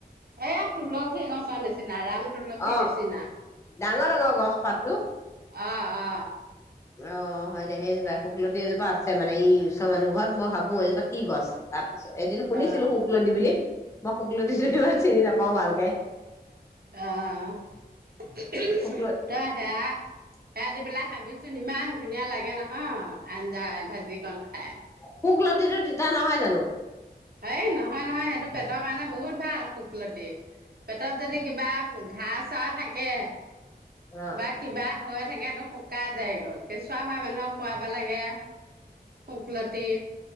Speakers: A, on the right; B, on the left.
A: 'এয়া তুলসী গছৰ নিচিনা ৰাম, তুলসী
B: অ',
A: নিচিনা
B: ডাঙৰ -ডাঙৰ গছ পাতটো।
A: অ অ
B: অ', হয় দে সেইজোপা শুকলতি এজোপা আছে মানে এই, উচৰ মানুহ ঘৰত মই ভাবো এই জোপা কি গছ, তাত এদিন শুনিছিলো
A: অ
B: শুকলতি বুলি, মই শুকলতি টো ইমান চিনি নাপাওঁ ভাল, <unintelligible>
A: অহ তই
B: শুকল
A: সেয়া সেয়া দিবিলা‌ খাৱিচোন <unintelligible> ইমান ধুনীয়া লাগে নহয় আঞ্জায়ে ভাজি কণ খাই
B: শুকলতিটো তিতা নহয় জানো?
A: এই নহয় নহয় সেইটো পেটৰ কাৰণে বহুত ভাল শুকলতি, পেটত যদি কিবা ঘাঁ চা থাকে
B: অ',
A: বাহ কিবা হৈ থাকেটো শুকাই যায়গৈ, কেঁচুৱা হোৱা মানুহক খুৱাব লাগে, শুকলতি।